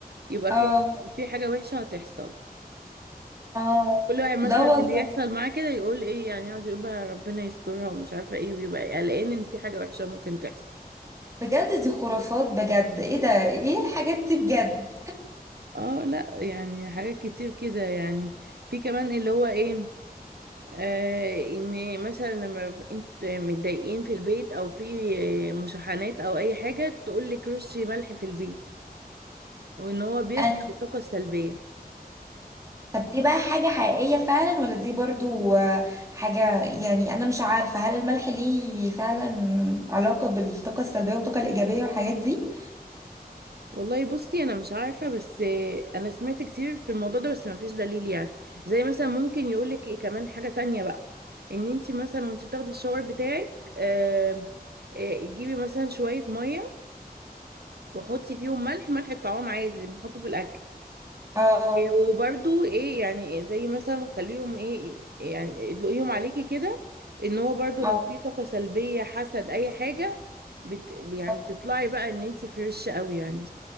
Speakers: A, on the right; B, on the right.
A: يبقى
B: اه
A: في في حاجه وحشه هتحصل
B: اه
A: كل واحد مثلا
B: لا والله
A: اللي يحصل معاه كده يقول ايه يعني يقعد يقول بقى ربنا يسترها ومش عارفه ايه ويبقى قلقان ان في حاجه وحشه ممكن تحصل
B: بجد دي خرافات بجد ايه ده ايه الحاجات دي بجد
A: اه لا يعني حاجات كتير كده يعني في كمان اللي هو ايه آه ان مثلا لما ب- انت متضايقين في البيت او في مشاحنات او اي حاجه تقول لك رشي ملح في البيت وان هو بيسحب
B: أنا...
A: الطاقه السلبيه
B: طب دي بقى حاجة حقيقية فعلا ولا دي برضو آه، حاجة يعني انا مش عارفة هل الملح ليه فعلا علاقة بالطاقة السلبية والطاقة الإيجابية والحاجات دي
A: والله بصي انا مش عارفه بس آه، انا سمعت كتير في الموضوع ده بس ما فيش دليل يعني زي مثلا ممكن يقول لك ايه كمان حاجه تانية بقى ان انت مثلا وانت بتاخدي الشاور بتاعك آه آه، تجيبي مثلا شويه ميه وحطي فيهم ملح ملح الطعام عادي اللي بنحطه في الاكل
B: اه
A: وبرده ايه يعني زي مثلا خليهم ايه يعني ادلقيهم عليكي كده ان هو برده
B: اه
A: لو في طاقة سلبية حسد اي حاجة بت يعني
B: آه.
A: بتطلعي بقى ان انت فريش قوي يعني